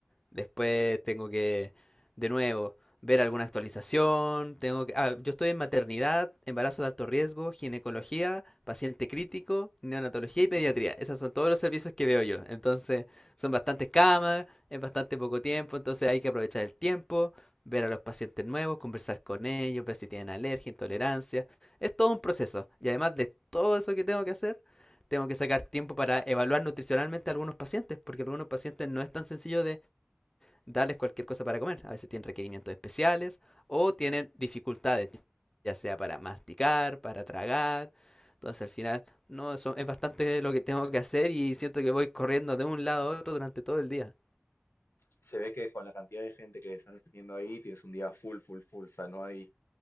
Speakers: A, on the left; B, on the left.
A: Después tengo que, de nuevo, ver alguna actualización. Tengo que, ah, yo estoy en maternidad, embarazo de alto riesgo, ginecología, paciente crítico, neonatología y pediatría. Esos son todos los servicios que veo yo. Entonces, son bastantes camas, es bastante poco tiempo, entonces hay que aprovechar el tiempo, ver a los pacientes nuevos, conversar con ellos, ver si tienen alergia, intolerancia. Es todo un proceso. Y además de todo eso que tengo que hacer, tengo que sacar tiempo para evaluar nutricionalmente a algunos pacientes, porque a algunos pacientes no es tan sencillo de darles cualquier cosa para comer. A veces tienen requerimientos especiales o tienen dificultades, ya sea para masticar, para tragar. Entonces al final, no, eso es bastante lo que tengo que hacer y siento que voy corriendo de un lado a otro durante todo el día.
B: se ve que con la cantidad de gente que estás atendiendo ahí, tienes un día full, full, full, o sea, no hay